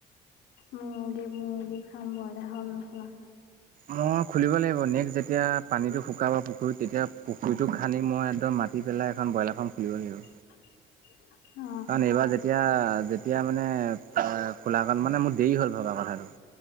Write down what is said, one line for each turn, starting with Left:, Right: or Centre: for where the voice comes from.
Left: মুগী মুগী ফ্ৰাম ব্ৰইলা ফ্ৰাম নোখোলা
Right: মই খুলিব লাগিব, নেক্সট যেতিয়া পানীটো শুকাব পুখুৰীত তেতিয়া পুখুৰীটো খানি মই একদম মাটিত- দি পেলাই এখন ব্ৰইলাৰ ফাৰ্ম খুলিব লাগিব।
Left: <inaudible> অ
Right: কাৰণ এইবাৰ যেতিয়া যেতিয়া মানে এ খোলা কাল মানে মোৰ দেৰি হ'ল ভবা কথাটো।